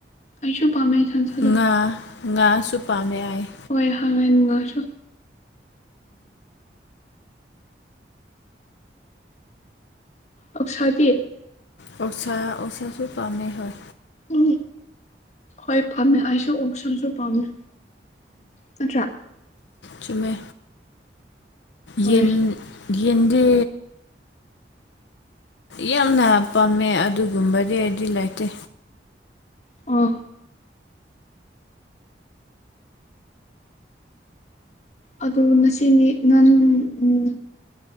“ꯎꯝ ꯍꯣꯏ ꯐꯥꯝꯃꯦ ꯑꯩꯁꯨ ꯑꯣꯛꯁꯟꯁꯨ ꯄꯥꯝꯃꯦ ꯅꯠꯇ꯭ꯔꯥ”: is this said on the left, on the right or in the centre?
Left